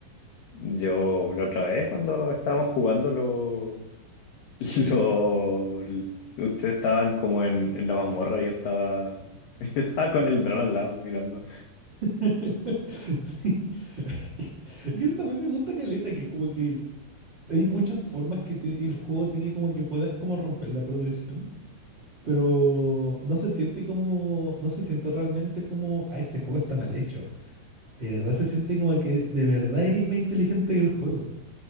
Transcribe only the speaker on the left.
Yo la otra vez cuando estábamos jugando lo, <laughs> lo, ustedes estaban como en, en la mazmorra, yo estaba, <laughs> yo estaba con el dron al lado mirando.